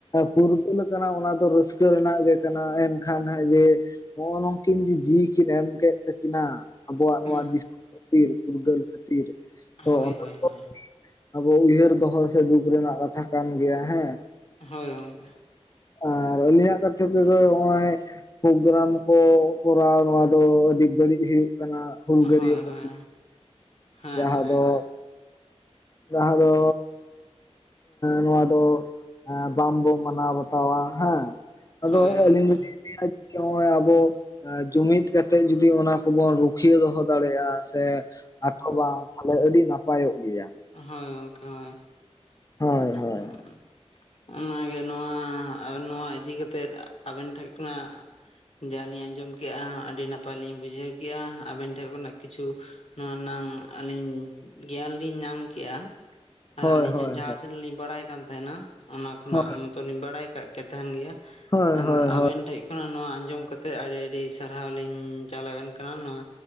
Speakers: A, on the left; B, on the left.
A: ᱯᱷᱩᱨᱜᱟᱹᱞ ᱠᱟᱱᱟ ᱚᱱᱟ ᱫᱚ ᱨᱟᱹᱥᱠᱟᱹ ᱨᱮᱱᱟᱜ ᱜᱮ ᱠᱟᱱᱟ ᱮᱱᱠᱷᱟᱱ ᱠᱷᱟᱱ ᱦᱟᱸᱜ ᱡᱮ ᱱᱚᱜ-ᱚ ᱱᱚᱝᱠᱤᱱ ᱡᱮ ᱡᱤᱣᱭᱤ ᱠᱤᱱ ᱮᱢ ᱠᱮᱫ ᱛᱟᱹᱠᱤᱱᱟ ᱟᱵᱚᱣᱟᱜ
B: ᱦᱮᱸ
A: ᱱᱚᱣᱟ ᱫᱤᱥᱚᱢ <unintelligible> ᱯᱷᱩᱨᱜᱟᱹᱞ ᱠᱷᱟᱹᱛᱤᱨ <unintelligible>
B: ᱦᱳᱭ ᱦᱳᱭ ᱦᱳᱭ
A: ᱟᱵᱚ ᱩᱭᱦᱟᱹᱨ ᱫᱚᱦᱚ ᱥᱮ ᱫᱩᱠ ᱨᱮᱱᱟᱜ ᱠᱟᱛᱷᱟ ᱠᱟᱱ ᱜᱮᱭᱟ ᱦᱮᱸ᱾
B: ᱦᱳᱭ ᱜᱚᱝᱠᱮ
A: ᱟᱨ ᱟᱞᱤᱧᱟᱜ ᱠᱟᱛᱷᱟ ᱛᱮᱫᱚ ᱱᱚᱜ-ᱚᱭ ᱯᱨᱳᱜᱨᱟᱢ ᱠᱚ ᱠᱚᱨᱟᱣ ᱱᱚᱣᱟ ᱫᱚ ᱟᱹᱰᱤ ᱵᱟᱹᱲᱤᱡ ᱦᱩᱭᱩᱜ ᱠᱟᱱᱟ᱾ ᱦᱩᱞᱜᱟᱹᱨᱭᱟᱹ
B: ᱦᱳᱭ
A: ᱠᱚ
B: ᱦᱳᱭ ᱦᱮᱸ
A: ᱡᱟᱦᱟᱸ
B: ᱦᱮᱸ
A: ᱫᱚ
B: ᱦᱮᱸ
A: ᱡᱟᱦᱟᱸ ᱫᱚ ᱱᱚᱣᱟ ᱫᱚ ᱵᱟᱝᱵᱚ ᱢᱟᱱᱟᱣ ᱵᱟᱛᱟᱣᱟ ᱦᱮᱸ ᱾ ᱟᱫᱚ
B: ᱦᱳᱭ ᱜᱚᱝᱠᱮ
A: ᱟᱞᱤᱧ ᱞᱤᱧ <unintelligible> ᱱᱚᱜ-ᱚᱭ ᱟᱵᱚ ᱡᱩᱢᱤᱫ ᱠᱟᱛᱮᱜ ᱡᱩᱫᱤ ᱚᱱᱟ ᱠᱚᱵᱚᱱ ᱨᱩᱠᱷᱤᱭᱟᱹ ᱫᱚᱦᱚ ᱫᱟᱲᱮᱭᱟᱜ-ᱟ ᱥᱮ ᱟᱴᱚᱵᱟ ᱛᱟᱦᱚᱞᱮ ᱟᱹᱰᱤ ᱱᱟᱯᱟᱭᱚᱜ ᱜᱮᱭᱟ᱾
B: ᱦᱳᱭ
A: ᱦᱳᱭ ᱦᱳᱭ
B: <unintelligible> ᱚᱱᱟᱜᱮ ᱱᱚᱣᱟ ᱱᱚᱣᱟ ᱤᱫᱤ ᱠᱟᱛᱮᱫ ᱟᱵᱮᱱ ᱴᱷᱮᱱ ᱠᱷᱚᱱᱟᱜ ᱡᱟᱦᱟᱸ ᱞᱤᱧ ᱟᱸᱡᱚᱢ ᱠᱮᱜᱼᱟ, ᱟᱹᱰᱤ ᱱᱟᱯᱟᱭ ᱞᱤᱧ ᱵᱩᱡᱷᱟᱹᱣ ᱠᱮᱜᱼᱟ, ᱟᱵᱮᱱ ᱴᱷᱮᱱ ᱠᱷᱚᱱᱟᱜ ᱠᱤᱪᱷᱩ ᱱᱚᱣᱟᱱᱟᱝ ᱟᱹᱞᱤᱧ ᱜᱮᱭᱟᱱ ᱞᱤᱧ ᱧᱟᱢ ᱠᱮᱜᱼᱟ ᱟᱨ
A: ᱦᱳᱭ
B: ᱟᱹᱞᱤᱧ
A: ᱦᱳᱭ
B: ᱦᱚᱸ ᱡᱟᱦᱟᱸ ᱛᱤᱱᱟᱹᱜ ᱞᱤᱧ ᱵᱟᱲᱟᱭ ᱠᱟᱱ ᱛᱟᱦᱮᱸᱱᱟ ᱚᱱᱟ ᱠᱷᱚᱱᱟᱜ
A: ᱦᱳᱭ
B: ᱛᱚ ᱞᱤᱧ ᱵᱟᱲᱟᱭ ᱠᱟᱜ ᱠᱮ ᱛᱟᱦᱮᱸᱱ ᱜᱮᱭᱟ
A: ᱦᱳᱭ ᱦᱳᱭ
B: ᱟᱵᱮᱱ
A: ᱦᱳᱭ
B: ᱴᱷᱮᱡ ᱠᱷᱚᱱᱟᱜ ᱱᱚᱣᱟ ᱟᱸᱡᱚᱢ ᱠᱟᱛᱮ ᱛᱮ ᱟᱹᱰᱤ ᱟᱹᱰᱤ ᱥᱟᱨᱦᱟᱣ ᱞᱤᱧ ᱪᱟᱞ ᱟᱵᱮᱱ ᱠᱟᱱᱟ ᱱᱚᱣᱟ